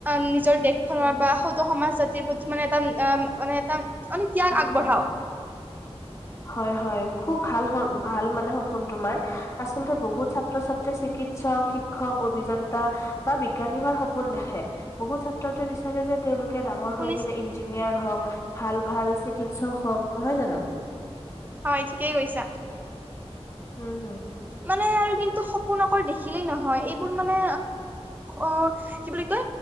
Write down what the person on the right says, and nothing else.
নিজৰ দেশখনৰ
বা সদৌ সমাজা প্ৰতি মানে এটা উ মানে এটা আ ত্যাগ
আগ
বঢ়াব
শুনিছ
হয় ঠিকেই কৈছা
মানে আৰু কিু সপোন আাক দেখিলেই নহয় এইবোৰ মানে অ কি বুলি ক